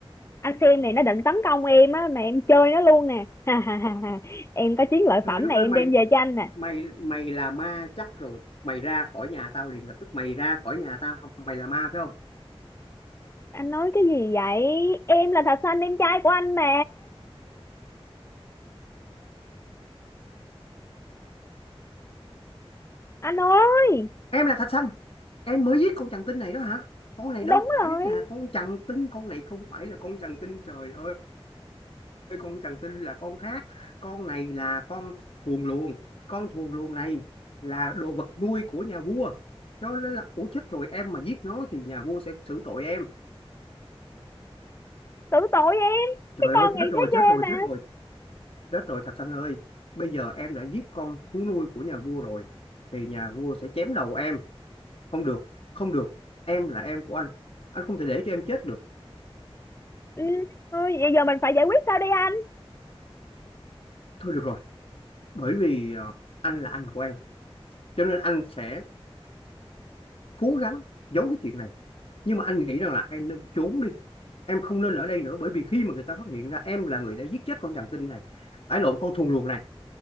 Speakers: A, on the left (about 25°); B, on the left (about 65°).
A: anh xem này nó định tấn công em á mà em chơi nó luôn nè <laughs> em có chiến lợi
B: trời
A: phẩm
B: đất
A: này
B: ơi
A: em
B: mày
A: đem về cho anh nè
B: mày mày là ma chắc rồi mày ra khỏi nhà tao liền lập tức mày ra khỏi nhà tao mày là ma phải không
A: anh nói cái gì vậy em là thạch xanh em trai của anh mà anh ơi
B: em là thạch xanh em mới giết con chằn tinh này đó hả con này
A: đúng
B: đâu phải
A: rồi
B: là con chằn tinh con này không phải là con chằn tinh trời ơi con chằn tinh là con khác con này là con thuồng luồng con thuồng luồng này là đồ vật nuôi của nhà vua cho nên là ủa chết rồi em mà giết nó thì nhà vua sẽ xử tội em
A: tưởng tội em
B: trời
A: cái con
B: ơi chết
A: này
B: rồi
A: thấy
B: chết
A: ghê
B: rồi
A: mà
B: chết rồi Chết rồi Thạch Sanh ơi, bây giờ em đã giết con thú nuôi của nhà vua rồi, thì nhà vua sẽ chém đầu em. Không được, không được, em là em của anh. Anh không thể để cho em chết được.
A: ừ, thôi vậy giờ mình phải giải quyết sao đây anh
B: Thôi được rồi, bởi vì ờ, anh là anh của em, cho nên anh sẽ cố gắng giấu cái chuyện này. Nhưng mà anh nghĩ rằng là em nên trốn đi. Em không nên ở đây nữa, bởi vì khi mà người ta phát hiện ra em là người đã giết chết con chằn tinh này, ái lộn con thù luồng này,